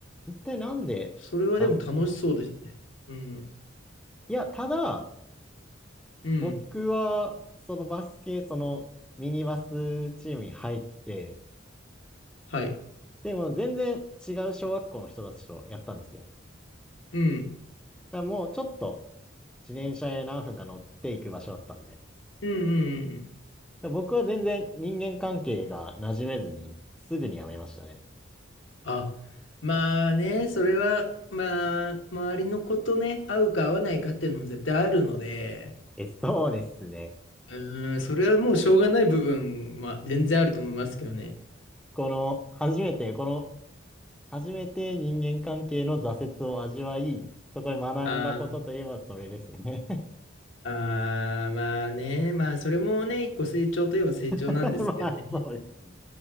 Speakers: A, in the centre; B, on the left.
A: 一体なんでバスケ
B: それはでも楽しそうですね。うん。
A: いや、ただ、
B: うん。
A: 僕は、そのバスケ、そのミニバスチームに入って、
B: はい。
A: でも全然違う小学校の人たちとやったんですよ。
B: うん。
A: だからもうちょっと自転車で何分か乗っていく場所だったんで。だか
B: うんうんうんうん。
A: ら僕は全然人間関係が馴染めずに、すぐに辞めましたね。
B: あ、まあね、それは、まあ、周りの子とね、合うか合わないかっていうのも絶対あるので、
A: え、そうですね。
B: うーん、それはもうしょうがない部分は全然あると思いますけどね。
A: この、初めて、この、初めて人間関係の挫折を味わい、そこで学んだことといえばそれですね。
B: あーあー、まあね、まあそれもね、一個成長といえば成長なんですけどね。
A: <laughs> まあ、そうですね。